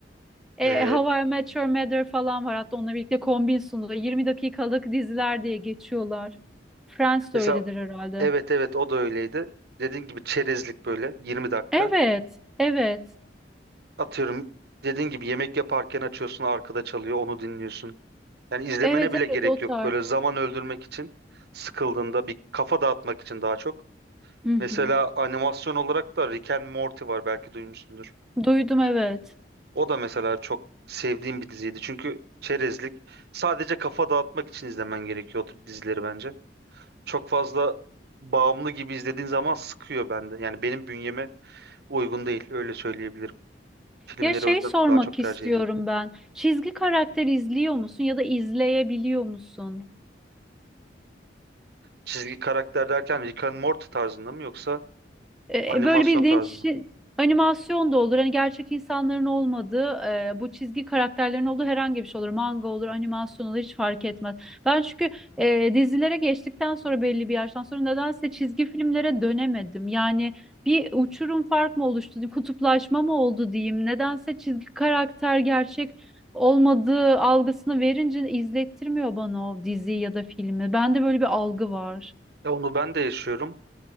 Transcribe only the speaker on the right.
Ee,
mesela
evet evet o da öyleydi. Dediğin gibi çerezlik böyle 20 dakika.
Atıyorum dediğin gibi yemek yaparken açıyorsun arkada çalıyor onu dinliyorsun. Yani izlemene
bile gerek
yok. Böyle zaman öldürmek için sıkıldığında bir kafa dağıtmak için daha çok.
Mesela
animasyon olarak da Rick and Morty var belki duymuşsundur.
O da mesela çok sevdiğim bir diziydi. Çünkü çerezlik sadece kafa dağıtmak için izlemen gerekiyor o tür dizileri bence. Çok fazla bağımlı gibi izlediğin zaman sıkıyor bende. Yani benim bünyeme uygun değil öyle söyleyebilirim. Filmleri
o yüzden
daha çok tercih
ediyorum.
Çizgi karakter derken Rick and Morty tarzında mı yoksa
animasyon
tarzında
mı?
E onu ben de yaşıyorum.